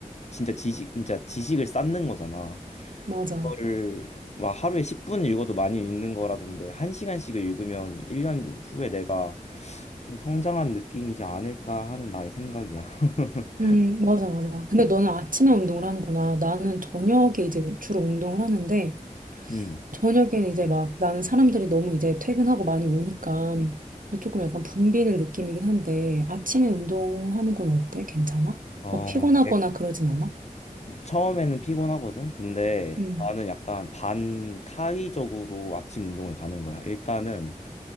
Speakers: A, on the left; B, on the right.
A: 진짜 지식 진짜 지식을 쌓는 거잖아.
B: 맞아.
A: 그거를 막 하루에 10분 읽어도 많이 읽는 거라던데 한시간씩을 읽으면 1년 후에 내가 좀 성장한 느낌이지 않을까 하는 나의 생각이야. <laughs>
B: 음, 맞아, 맞아. 근데 너는 아침에 운동을 하는구나. 나는 저녁에 이제 주로 운동을 하는데,
A: 음.
B: 저녁에는 이제 막 나는 사람들이 너무 이제 퇴근하고 많이 오니까 조금 약간 붐비는 느낌이긴 한데, 아침에 운동하는 건 어때? 괜찮아?
A: 어,
B: 막 피곤하거나 그러진 않아?
A: 처음에는 피곤하거든. 근데
B: 음,
A: 음. 나는 약간 반타의적으로 아침 운동을 가는 거야. 일단은